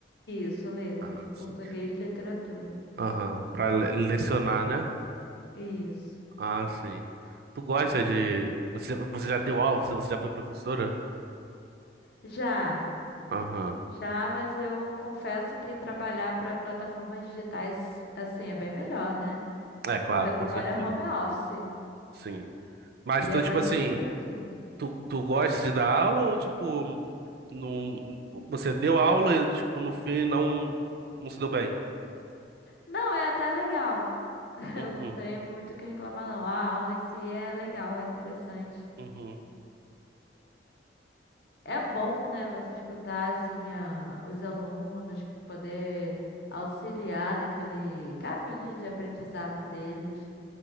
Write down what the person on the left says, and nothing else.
Isso, letras,
português, e literatura.
Isso.
Já,
já, mas eu confesso que trabalhar para plataformas digitais assim é bem melhor, né?
Porque eu trabalho
home office
e
é bastante
flexível.
Não, é até legal. <laughs>
Eu não tenho muito o que reclamar, não. A aula em si é legal, é interessante.
É bom, né, você escutar assim a- os alunos, poder auxiliar naquele caminho de aprendizado deles.